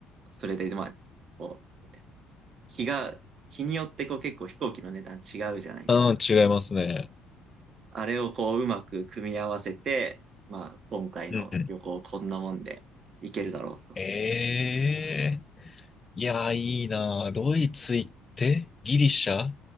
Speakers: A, on the right (about 45°); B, on the left (about 20°).
A: それでまあ、こう、日が、日によってこう結構飛行機の値段違うじゃないですか。
B: うん違いますね。
A: あれをこううまく組み合わせて、まあ今回の旅行こんなもんで行けるだろうと。
B: うんうん。ええいやー、いいなー。ドイツ行って、ギリシャ、